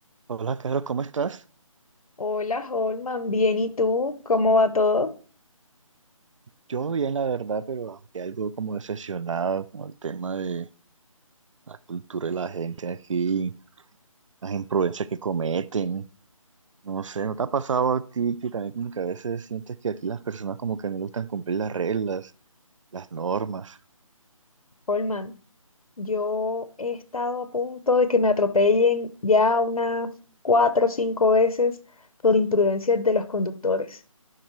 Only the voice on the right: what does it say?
Hola, Carlos, ¿cómo estás?
Yo bien, la verdad, pero aunque algo como decepcionado con el tema de la cultura de la gente aquí, las imprudencias que cometen. No sé, ¿no te ha pasado a ti que también como que a veces sientes que aquí las personas como que no le gustan cumplir las reglas, las normas?